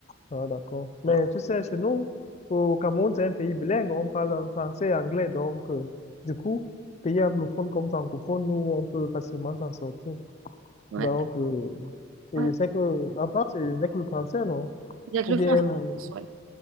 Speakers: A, on the left; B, on the right.
A: Ah, d'accord. Mais tu sais, chez nous, au Cameroun, c'est un pays bilingue. On parle français et anglais. Donc, euh, du coup, pays anglophone comme francophone, nous, on peut facilement s'en sortir.
B: Ouais.
A: Donc, euh, et
B: Ouais.
A: je sais que, en France, c'est n'est que le français, non?
B: Il y a que
A: Ou
B: le
A: bien,
B: franc, je
A: euh,
B: pense, ouais.